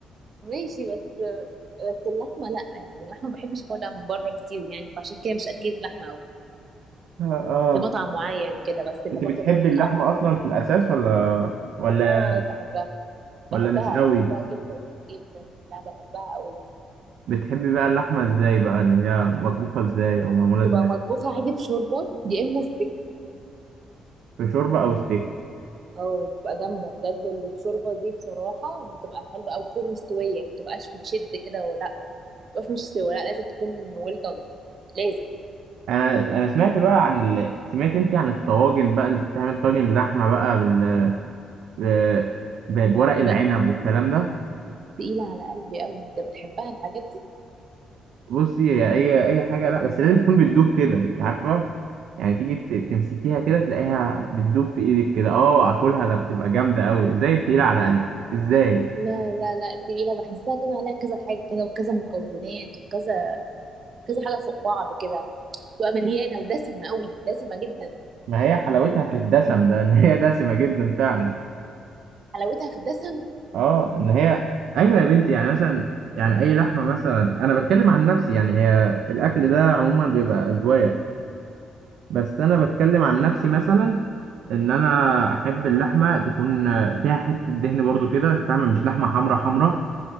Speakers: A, on the right (about 50°); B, on the right (about 75°).
A: ماشي بس بس اللحمه لا يعني اللحمه ما بحبش اكلها من بره كتير يعني فعشان كده مش اكلت لحمه قوي
B: اه آه.
A: في مطعم معين كده بس اللي
B: انت
A: باكل
B: بتحبي
A: منه
B: اللحمه
A: اللحمه على
B: اصلا
A: طول
B: في الاساس ولا ولا
A: اه بحبها
B: ولا
A: بحبها
B: مش قوي
A: بحبها جدا جدا لا بحبها قوي
B: بتحبي بقى اللحمه ازاي بقى اللي هي مطبوخه ازاي او معموله ازاي
A: تبقى مطبوخه عادي بشوربه يا اما ستيك
B: في شوربه او ستيك
A: اه بتبقى جامده بجد اللي بشوربه دي بصراحه بتبقى حلوه او تكون مستويه ما تبقاش بتشد كده ولا مش مستوى لا لازم تكون well done لازم
B: انا انا سمعت بقى عن ال... سمعت انت عن الطواجن بقى اللي بتعمل طاجن لحمه بقى بال... ب... ب- بورق
A: تبقى
B: العنب والكلام ده
A: تقيلة على قلبي أوي أنت بتحبها الحاجات دي؟
B: بصي هي اي اي حاجه لا بس لازم تكون بتدوب كده انت عارفه يعني تيجي ت... تمسكيها كده تلاقيها بتدوب في ايدك كده اه اكلها ده بتبقى جامده قوي ازاي التقيله على قلبي ازاي
A: لا لا لا التقيلة بحسها كده عليها كذا حاجة كده وكذا مكونات وكذا كذا حاجة فوق بعض كده تبقى مليانة ودسمة أوي دسمة جدا
B: ما هي حلاوتها في الدسم ده ان هي دسمه جدا فعلا
A: حلاوتها في الدسم؟
B: اه ان هي ايوه يا بنتي يعني مثلا يعني اي لحمه مثلا انا بتكلم عن نفسي يعني هي الاكل ده عموما بيبقى اذواق بس انا بتكلم عن نفسي مثلا ان انا احب اللحمه تكون فيها حته دهن برضو كده انت فاهم مش لحمه حمرا حمرا